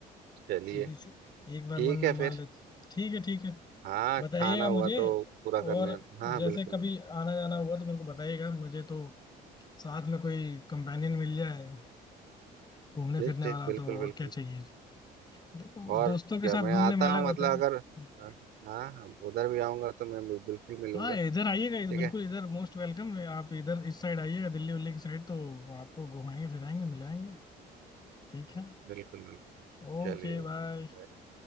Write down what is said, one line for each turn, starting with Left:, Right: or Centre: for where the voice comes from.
Right: चलिए
Left: सीधी सी एक बार
Right: ठीक
Left: मन में
Right: है
Left: मान
Right: फिर
Left: लेते ठीक है ठीक है
Right: हाँ
Left: बताइएगा
Right: खाना हुआ
Left: मुझे
Right: तो पूरा
Left: और
Right: करने हाँ हाँ
Left: जैसे
Right: बिल्कुल
Left: कभी
Right: बिल्कुल
Left: आना जाना हुआ तो मेरे को बताइएगा मुझे तो साथ में कोई कंपेनियन मिल जाए घूमने
Right: ठीक
Left: फिरने
Right: ठीक
Left: वाला
Right: बिल्कुल
Left: तो और
Right: बिल्कुल
Left: क्या चाहिए देखो
Right: और
Left: दोस्तों के
Right: क्या
Left: साथ
Right: मैं
Left: घूमने
Right: आता
Left: में अलग
Right: हूँ
Left: होता
Right: मतलब
Left: है हम्म।
Right: अगर हाँ हाँ उधर भी आऊंगा तो मैं बिल्कुल मिलूंगा
Left: हाँ इधर आइएगा इधर
Right: ठीक
Left: बिल्कुल
Right: है
Left: इधर मोस्ट वेलकम है आप इधर इस साइड आइएगा दिल्ली उल्ली की साइड तो आपको घुमाएंगे फिराएंगे मिलाएंगे ठीक है
Right: बिल्कुल बिल्कुल
Left: Okay
Right: चलिए
Left: bye
Right: bye।